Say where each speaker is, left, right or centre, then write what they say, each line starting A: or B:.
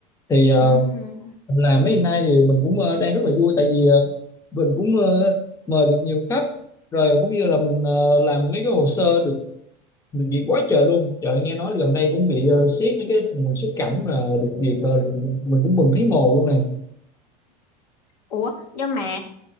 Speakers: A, on the left; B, on the left.
A: thì ờ,
B: Ừm.
A: là mấy ngày nay thì mình cũng ờ, đang rất là vui tại vì ờ, mình cũng ờ, mời được nhiều khách rồi cũng như là mình ờ, làm mấy cái hồ sơ được được duyệt quá trời luôn trời nghe nói gần đây cũng bị ờ, siết mấy cái mình xuất cảnh mà được duyệt ờ, mình cũng mừng thấy mồ luôn nè
B: Ủa, nhưng mà